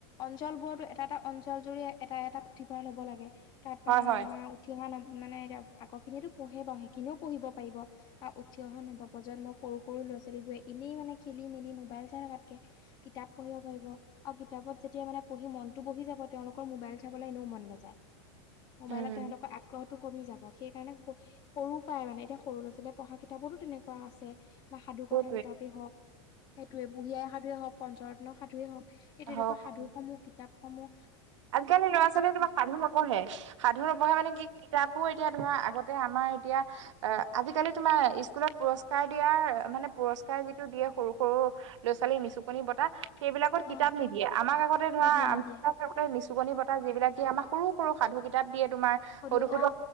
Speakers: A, on the left; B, on the right.
A: অঞ্চল বোৰতো এটা এটা অঞ্চল ৰি এটা এটা পুথিভঁৰাল'ব লাগে তাত মানে
B: হয় হয়
A: আমাৰ উঠি অহা ন। মানে এতি আগৰ খিনিতো পঢ়ে বাাৰু সেইখিনিও পঢ়িব পাৰিব বা উঠি অহা নভ প্ৰজন্ম সৰু সৰু ল'ৰা ছোৱালীবোৰে এনেই মানে খেলি মেলি মোবাইল চাই থকাতকে কিতাপ পঢ়িব পাৰিব আৰু কিতাপত যেতিয়া মানে পঢ়ি মনতটো বহি যাব তেওঁলোকৰ মোবাইল চাবলৈ এনেও মন নাযায়। মোবাইলত
B: উম
A: তেওঁলোকৰ আগ্ৰহতো। কমি যাব সেইকাৰণে সৰু পৰাই মানে এতিয়া সৰু ল'ৰা ছোৱালীয়ে পঢ়া কিতাপতো তেনেকুৱা আছে। বা সাধু
B: সেইটোৱে
A: কথা কিতাপেই হওক সেইটোৱে বুঢ়ী আ সাধুৱে হওক। পঞ্চৰত্ন সাধুৱেই হওঁক এইেই তেনেকুৱা
B: হওক
A: সাধু সমূহ কিতাপ সমূহ।
B: আজিকালি ল'ৰা ছোৱালীয়ে তোমাক সাধু নপঢ়ে সাধু নপঢ়ে মানে কি কিতাপো এতিয়া ধোৰা আগতে আমাৰ। এতিয়া আহঁ। আজিকালি তোমাৰ স্কুলত পুৰস্কাৰ দিয়াৰ মানে পুৰস্কাৰ যিটো দিয়ে সৰু সৰু ল' ছোৱালী নিচু। বতাহ সেইবিলাকত
A: অ
B: কিতাপ নিদিয়ে আমাক আগতে ধৰা
A: নিদিয়ে নিদিয়ে
B: আমাক আগতে নিচুকনি বতা। বিলাক যে আমাৰ সৰু সৰু সাধু কিতাপ দিয়ে তোমাৰ
A: সধু
B: সৰু হ
A: অ